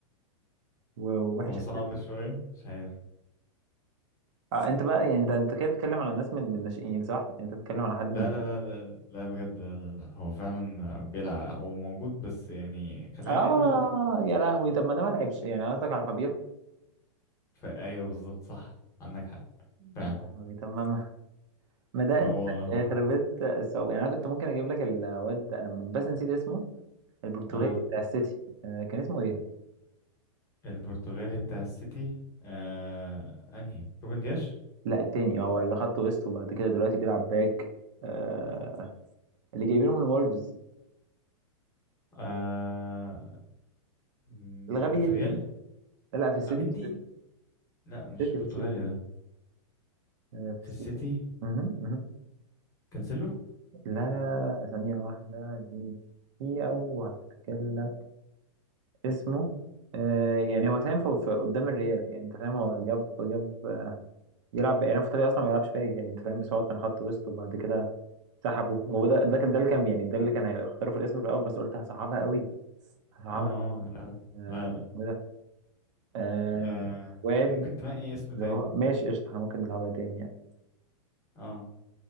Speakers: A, on the right; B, on the left.
A: ووحش
B: هو صعب شويه مش عارف
A: آه انت بقى يعني انت انت كده بتتكلم على ناس من من الناشئين صح؟ يعني انت بتتكلم على حد
B: لا
A: من
B: لا لا لا لا بجد لا لا لا هو فعلا بيلعب هو موجود بس يعني خلينا
A: اه
B: نقول
A: يا لهوي طب ما ده ما لعبش يعني قصدك على فابيخو
B: ف... ايوه بالظبط صح عندك حق فعلا
A: يا لهوي طب ما ما ده
B: هو
A: انت
B: هو
A: يخرب بيت الصعوبة يعني انا كنت ممكن اجيب لك الواد ده، انا بس نسيت اسمه البرتغالي
B: اه
A: بتاع السيتي آه، كان اسمه ايه؟
B: البرتغالي بتاع السيتي آه انهي روبن دياش
A: لا التاني هو اللي خط وسط وبعد كده دلوقتي بيلعب باك آه، اللي جايبينه من وولفز
B: آه م-
A: الغبي
B: ده في
A: جدا
B: ريال
A: ده. لا لا في السيتي
B: اميندي
A: في
B: لا
A: السيتي
B: مش برتغالي
A: في السيتي
B: ده
A: آه، في
B: في
A: السيتي
B: السيتي
A: مهم، مهم.
B: كانسيلو
A: لا لا لا لا، ثانية واحدة اديني دقيقة وهفتكر لك اسمه آه، يعني هو ساهم في في- قدام الريال يعني انت فاهم هو جاب جاب آه، يلعب يعني هو في الطبيعي اصلا ما بيلعبش باك يعني انت فاهم بس هو كان خط وسط وبعد كده سحبه هو ده ده كان ده اللي كان يعني ده اللي كان هيختاروا في الاسم في الاول بس قلت هصعبها قوي هصعبها
B: اه اه لا لا
A: آه،
B: لا لا
A: اسمه إيه ده آه،
B: آه
A: واد
B: ممكن تنقي اسم تاني
A: اللي هو ماشي قشطة احنا ممكن نلعبها تاني يعني
B: اه